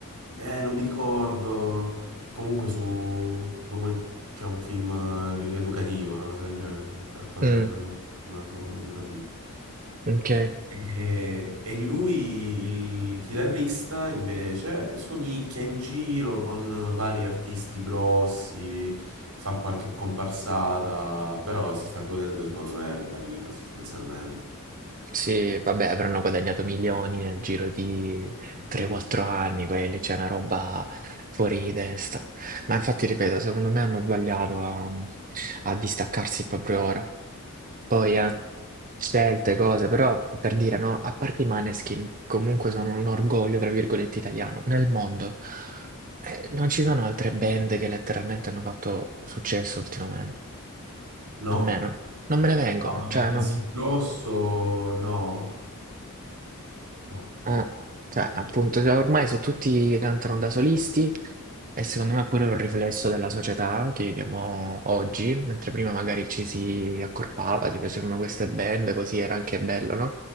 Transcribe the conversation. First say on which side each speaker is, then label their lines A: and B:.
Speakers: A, on the right; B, on the right.
A: eh, non mi ricordo. Comunque su un document- c'è un film eh, educativo, una cosa del genere, un cartone
B: Mm,
A: un- animato educativo.
B: ok.
A: E, e lui, il chitarrista, invece, suonicchia in giro con vari artisti grossi, fa qualche comparsata, però si sta godendo, secondo me, la vita sostanzialmente.
B: Sì, vabbè, avranno guadagnato milioni nel giro di
A: Quindi,
B: 3-4
A: sì, sì.
B: anni quelli, c'è una roba fuori di testa. Ma infatti, ripeto, secondo me hanno sbagliato a, a distaccarsi proprio ora. Poi, eh, scelte, cose, però per dire no, a parte i Maneskin, comunque sono un orgoglio, tra virgolette, italiano. Nel mondo eh, non ci sono altre band che letteralmente hanno fatto successo ultimamente,
A: No,
B: almeno non me ne vengono,
A: No, vabbè,
B: cioè
A: così
B: non...
A: grosso, no, no.
B: Eh, cioè, appunto, cioè, ormai sono tutti che cantano da solisti e secondo me è pure un riflesso della società che viviamo oggi, mentre prima magari ci si accorpava, si facevano queste band, così era anche bello, no?